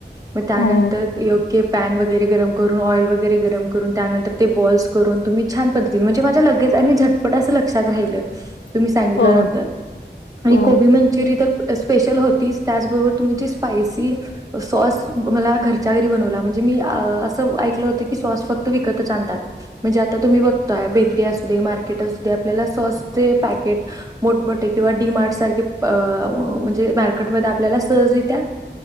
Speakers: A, on the right; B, on the left.
A: मग त्यानंतर
B: हो
A: योग्य पॅन वगैरे गरम करून ऑइल वगैरे गरम करून त्यानंतर ते बॉल्स करून तुम्ही छान पद्ध म्हणजे माझ्या लगेच आणि झटपट अस लक्षात राहिलं. तुम्ही सांगितल्यानंतर
B: हो
A: आणि
B: हो
A: कोबी मंचुरी तर स्पेशल होतीच त्याचबरोबर तुम्ही जे पायसी सॉस मला घरच्या घरी बनवला म्हणजे म अस ऐ होत क सॉस फक्त विकतच आणता म्हणजे तुम्ही आता बघत्या बेकरी असू दे मार्केट असू दे आपल्याला सॉसचे पॅकेट मोठमठे, किंवा डी मार्ट म्हणजे मार्केट मध्ये आपल्या सहजरित्या,